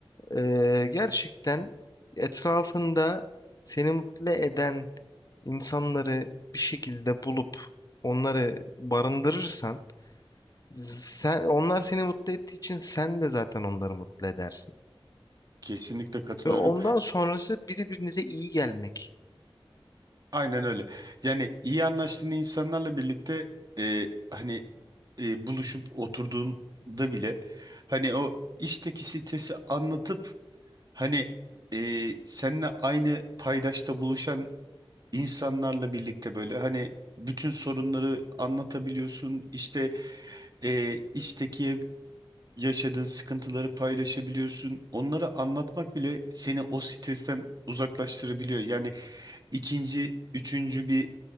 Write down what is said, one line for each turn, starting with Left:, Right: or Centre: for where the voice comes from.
Left: e, gerçekten etrafında seni mutlu eden insanları bir şekilde bulup onları barındırırsan sen onlar seni mutlu ettiği için sen de zaten onları mutlu edersin.
Right: Kesinlikle katılıyorum.
Left: Ve ondan sonrası birbirinize iyi gelmek.
Right: Aynen öyle. Yani iyi anlaştığın insanlarla birlikte e, hani e, buluşup oturduğunda bile hani o işteki stresi anlatıp hani e, seninle aynı paydaşta buluşan insanlarla birlikte böyle hani bütün sorunları anlatabiliyorsun. İşte e, iştekiye yaşadığın sıkıntıları paylaşabiliyorsun. Onları anlatmak bile seni o stresten uzaklaştırabiliyor. Yani ikinci, üçüncü bir